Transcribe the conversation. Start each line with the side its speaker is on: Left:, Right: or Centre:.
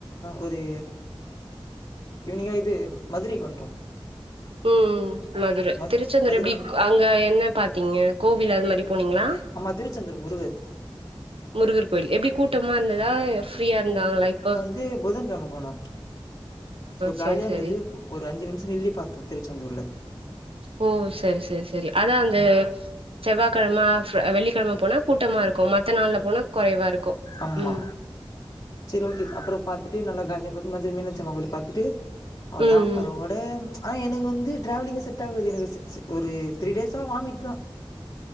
Left: ஒரு ஈவினிங்காக இது மதுரைக்கு வந்ட்டோ
Right: ம் மதுரை
Left: மத்
Right: திருச்செந்தூர்
Left: மதுரை
Right: எப்டி
Left: மீன்
Right: அங்க என்ன பாத்தீங்க கோவில் அது மாரி போனீங்ளா
Left: ஆமா திருச்சந்ரு முருகரு
Right: முருகர் கோயில் எப்டி கூட்டமா இருந்துதா ஃப்ரீயா இருந்தாங்களா இப்போ
Left: து புதன் கெழம போனோ சோ காலியா
Right: செரி
Left: இருந்துது
Right: செரி
Left: ஒரு அஞ்சு நிமிஷ நில்லி பாத்த திருச்செந்தூர்ல
Right: ஓ சரி சரி சரி அதா அந்த
Left: ம்
Right: செவ்வா கெழம ஆஃப் வெள்ளிக்கெழம போனா கூட்டமா இருக்கு மத்த நாள்ல போனா கொறைவா இருக்கு
Left: ஆமா
Right: ம்
Left: சரி ஓகே அப்பற பாத்துட்டு நல்லா காலைல போய்ட்டு மதிய மீனாட்சி அம்மா கோயில பாத்துட்டு அவ்ளோதா
Right: ம்
Left: அதோ
Right: ம்
Left: ஆனா எனக்கு வந்து ட்ராவலிங்கே செட் ஆகாது எனக்கு ஒரு த்ரீ டேஸா வாமிட்தா